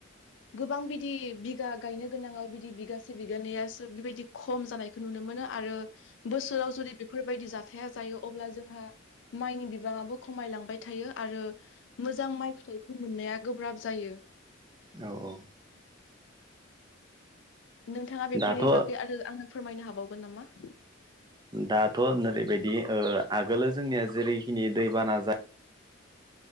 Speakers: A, on the left (about 65°); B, on the right (about 20°).
A: गोबां बिदि बिगा गायनो गोनांङाव बिदि बिगासे बिगानैयासो बिबायदि खम जानायखौ नुनो मोनो आरो बोसोराव जुदि फोरफोरबायदि जाथाया जायो अब्ला जोंहा माइनि बिबांङाबो खमायलांबाय थायो आरो मोजां माइ फिथाइखौ मोननाया गोब्राब जायो।
B: औ औ
A: नोंथांङा बेफोरनि
B: दाथ'
A: बागै आरो आंनो फोरमायनो हाबावगोन नामा?
B: दाथ' ओरैबायदि आगोलो जोंनिया जेरैखिनि दैबाना जायो।